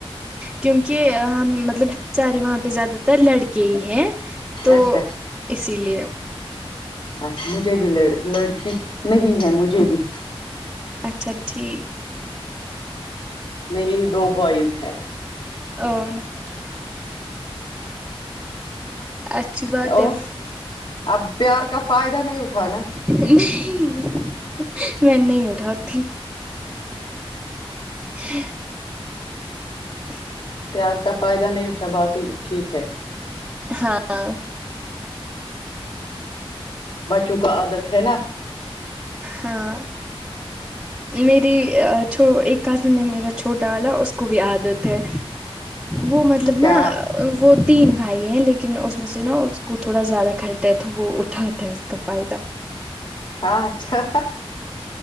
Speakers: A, in the centre; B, on the left.
A: کیونکہ ہم مطلب سارے وہاں پہ زیادہ تر لڑکے ہی ہیں تو
B: اچھا
A: اسی لیے
B: اچھا مجھے بھی ل لڑکی نہیں ہے مجھے بھی
A: اچھا ٹھیک
B: میری دو بوائز ہے
A: اور اچھی بات
B: اور
A: ہے
B: اب پیار کا فائدہ نہیں اٹھانا
A: نہیں میں نہیں اٹھاتی ہوں ح ہ
B: پیار کا فائدہ نہیں اٹھا باقی ٹھیک ہے
A: ہاں
B: بچوں کو عادت ہے نا
A: ہاں میری ایک کازن ہے میرا چھوٹا والا اس کو بھی عادت ہے وہ م طلب
B: کیا
A: نا وہ تین بھائی ہیں لیکن اس میں سے نا اس کو تھوڑا زیادہ خرد ہے تو وہ اٹھاتا ہے اس کا فائدہ
B: اچھا